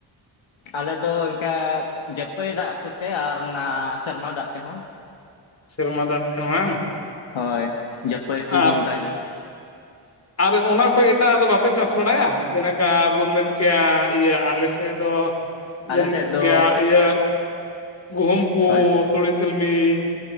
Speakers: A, on the left; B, on the left.
A: ᱟᱞᱮᱫᱚ ᱚᱱᱠᱟ ᱡᱟᱹᱯᱟᱹᱭ ᱫᱟᱜ ᱠᱚᱛᱮ ᱟᱨ ᱚᱱᱟ ᱥᱮᱨᱢᱟ ᱫᱟᱜ ᱛᱮᱦᱚᱸ
B: ᱥᱮᱨᱢᱟ ᱫᱟᱜ ᱛᱮᱦᱚᱸ ᱵᱟᱝ,
A: ᱦᱳᱭ ᱡᱟᱹᱯᱟᱹᱭ ᱠᱚᱦᱚᱸ
B: ᱟᱨ
A: ᱚᱱᱠᱟᱜᱮ ᱾
B: ᱟᱨ ᱚᱱᱟ ᱠᱷᱚᱡ ᱮᱴᱟᱜ ᱟᱜ ᱫᱚ ᱵᱟᱯᱮ ᱪᱟᱥ ᱵᱟᱲᱟᱭᱟ ᱡᱮᱞᱮᱠᱟ ᱵᱚᱱ ᱢᱮᱱ ᱠᱮᱭᱟ ᱤᱭᱟᱹ ᱟᱞᱮ ᱛᱮᱫᱚ
A: ᱟᱞᱮ
B: ᱤᱭᱟᱹᱢ
A: ᱥᱮᱫ
B: ᱮᱢ
A: ᱫᱚ
B: ᱠᱤᱭᱟᱹ ᱜᱩᱦᱩᱢ ᱠᱚ
A: ᱦᱳᱭ
B: ᱛᱩᱲᱤ ᱛᱤᱞᱢᱤᱧ